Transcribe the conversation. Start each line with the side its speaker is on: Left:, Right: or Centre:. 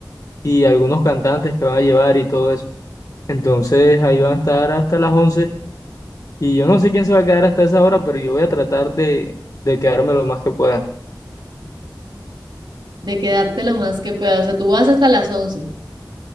Left: y algunos cantantes que van a llevar y todo eso. Entonces ahí van a estar hasta las 11 y yo no sé quién se va a quedar hasta esa hora, pero yo voy a tratar de, de quedarme lo más que pueda.
Right: de quedarte lo más que pueda. O sea, tú vas hasta las once.